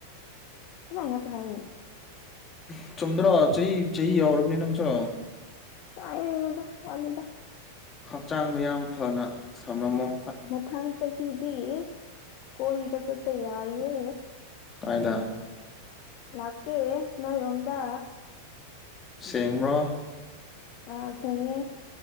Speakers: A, on the left (about 45°); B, on the left (about 20°).
A: ꯥꯏꯉ ꯍꯥꯏꯥꯏꯅꯦ
B: ꯎ ꯆꯨꯝꯗ꯭ꯔꯥ ꯆꯍꯤ ꯆꯍꯤ ꯌꯥꯎꯔꯕꯅꯤ ꯅꯪꯁꯨ
A: ꯥꯏꯗ ꯌꯦꯅꯗ ꯋꯥꯜꯗ
B: ꯍꯛꯆꯥꯡꯗꯣ ꯌꯥꯝ ꯐꯅ ꯁꯝꯂꯝꯃꯣ
A: ꯃꯊꯪ ꯆꯍꯤꯗꯤ ꯀꯣꯏꯕ ꯆꯠꯄ ꯌꯥꯏꯌꯦ
B: ꯀꯥꯏꯗꯥ
A: ꯂꯥꯛꯀꯦ ꯅꯣꯏꯔꯣꯝꯗ
B: ꯁꯦꯡꯕ꯭ꯔꯣ
A: ꯑꯥ ꯁꯤꯉꯦ